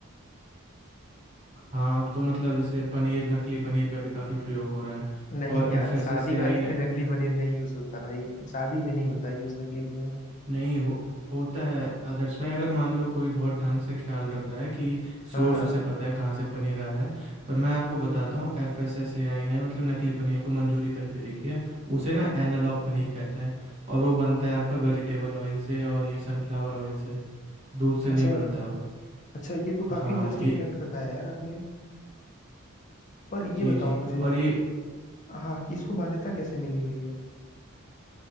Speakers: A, on the right; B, on the left.
A: हाँ अब तो मतलब जैसे पनीर नकली पनीर का भी काफ़ी प्रयोग हो रहा है
B: नहीं
A: और
B: यार
A: एफ एस
B: शादी
A: एस ए
B: वादी
A: आई
B: में नकली पनीर नहीं यूज होता भाई शादी में नहीं होता यूज नकली पनीर
A: नहीं हो, होता है आदर्श भाई अगर मान लो कोई बहुत ढंग से ख्याल रख रहा है कि
B: हाँ
A: सोर्स
B: हाँ
A: उसे पता है कहाँ से पनीर आ रहा है पर मैं आपको बताता हूँ एफ एस एस ए आई ने मतलब नकली पनीर को मंजूरी तक दे रखी है उसे ना एनालॉग पनीर कहते हैं और वो बनता है आपका वेजिटेबल ऑयल से और ये सनफ्लावर ऑयल से दूध से नहीं
B: अच्छा
A: बनता वो
B: अच्छा ये तो
A: हाँ
B: काफी इंटरेस्टिंग
A: ये
B: फैक्ट बताया यार आपने पर ये
A: जी
B: बताओ
A: जी
B: मुझे
A: और ये
B: हाँ कि इसको मान्यता कैसे मिली हुई है